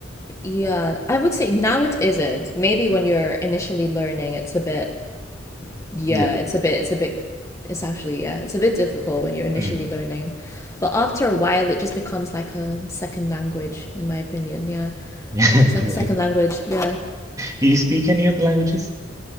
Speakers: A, on the left; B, on the right.
A: yeah, I would say now it isn't. Maybe when you're initially learning, it's a bit, yeah,
B: Yeah.
A: it's a bit, it's a bit, it's actually, yeah, it's a bit difficult when you're initially
B: Mm.
A: learning. But after a while, it just becomes like a second language, in my opinion, yeah.
B: <laughs>
A: So it's like
B: What?
A: a second language, yeah.
B: Do you speak any other languages?